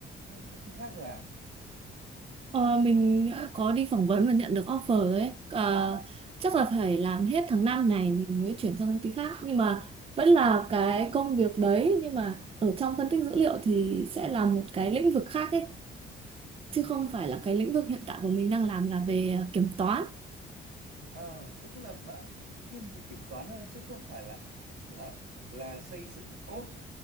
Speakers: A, on the right; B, on the right.
A: công ty khác rồi à?
B: Ờ, mình đã có đi phỏng vấn và nhận được offer rồi đấy. Ờ, chắc là phải làm hết tháng 5 này mình mới chuyển sang công ty khác. Nhưng mà vẫn là cái công việc đấy. Nhưng mà ở trong phân tích dữ liệu thì sẽ là một cái lĩnh vực khác ấy.
A: Ừ.
B: Chứ không phải là cái lĩnh vực hiện tại của mình đang làm là về ờ, kiểm toán.
A: Ờ, tức là bạn thiên về kiểm toán hơn chứ không phải là là là xây dựng code